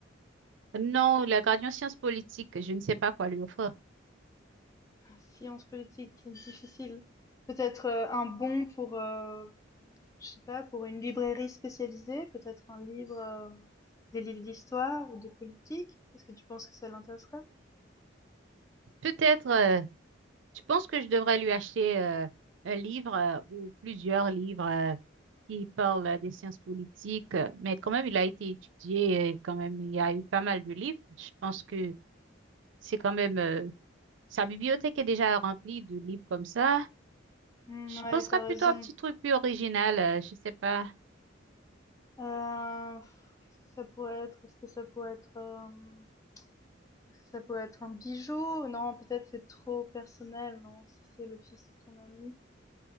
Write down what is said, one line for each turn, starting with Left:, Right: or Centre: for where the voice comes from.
Right: Non, la gradient sciences politiques, je ne sais pas quoi lui offrir.
Left: science politique difficile. Peut-être euh, un bon pour, euh, je sais pas, pour une librairie spécialisée, peut-être un livre, euh, des livres d'histoire ou de politique. Est-ce que tu penses que ça l'intéresserait?
Right: Peut-être, euh, Je pense que je devrais lui acheter euh, un livre euh, ou plusieurs livres euh, qui parlent euh, des sciences politiques, euh, mais quand même, il a été étudié, et quand même, il y a eu pas mal de livres. Je pense que c'est quand même, euh, sa bibliothèque est déjà remplie de livres comme ça.
Left: Hmm,
Right: Je
Left: ouais,
Right: penserais
Left: t'as
Right: plutôt
Left: raison.
Right: à un petit truc plus original, euh, je sais pas.
Left: Euh, pff, qu'est-ce que ça pourrait être? Est-ce que ça pourrait être, euh, est-ce que ça pourrait être un bijou? Non, peut-être c'est trop personnel, non? Si c'est le fils de ton ami.